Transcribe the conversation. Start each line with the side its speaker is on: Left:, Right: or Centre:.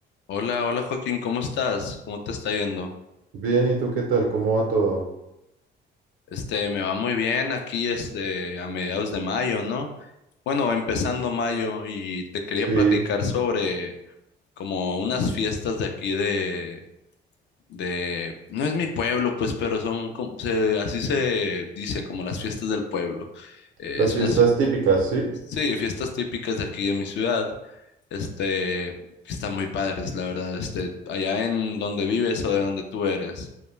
Left: Hola, hola Joaquín, ¿cómo estás? ¿Cómo te está yendo?
Right: Bien, ¿y tú qué tal? ¿Cómo va todo?
Left: Este, me va muy bien aquí, este, a mediados de mayo, ¿no? Bueno, empezando mayo y te quería
Right: Sí,
Left: platicar sobre como unas fiestas de aquí de, de, no es mi pueblo, pues, pero son, como- se- así se dice, como las fiestas del pueblo. Eh,
Right: las
Left: es
Right: fiestas
Left: una, ci-
Right: típicas, ¿sí?
Left: sí, fiestas típicas de aquí de mi ciudad, este, que están muy padres, la verdad, este, allá en donde vives o de donde tú eres.